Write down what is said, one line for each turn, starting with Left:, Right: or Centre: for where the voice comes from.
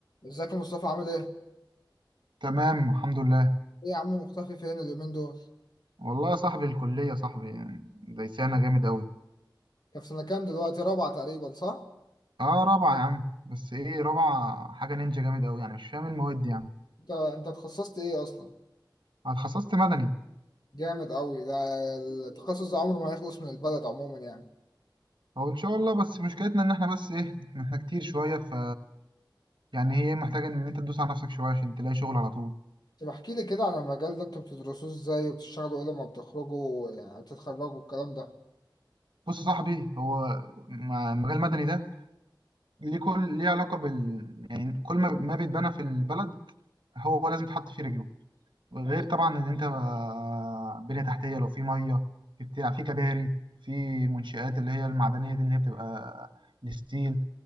Left: ازيك يا مصطفى عامل ايه؟
Right: تمام الحمد لله
Left: ايه يا عم مختفي فين اليومين دول؟
Right: والله يا صاحبي الكلية يا صاحبي دايسانا جامد أوي
Left: انت في سنة كام دلوقتي؟ رابعة تقريبا صح؟
Right: اه رابعة يا عم بس ايه رابعة حاجة نينجا جامد أوي يعني مش فاهم إيه المواد دي يعني
Left: انت انت اتخصصت ايه اصلا؟
Right: أنا اتخصصت مدني
Left: جامد قوي ده التخصص ده عمره ما يخلص من البلد عموما يعني
Right: هو إن شاء الله بس مشكلتنا إن احنا بس ايه احنا كتير شوية ف يعني هي محتاجة إن أنت تدوس على نفسك شوية عشان تلاقي شغل على طول
Left: طب احكي لي كده عن المجال ده انتوا بتدرسوه ازاي وبتشتغلوا ايه لما بتخرجوا يعني بتتخرجوا الكلام ده
Right: بص يا صاحبي هو م- مجال المدني ده ليه كل ليه علاقة بال يعني كل ما ما بيتبنى في البلد هو لازم تحط فيه رجله غير
Left: ايوه
Right: طبعا ان انت آه، بنية تحتية لو في ميه في بتاع في كباري في منشآت اللي هي المعدنية دي اللي هي بتبقى الستيل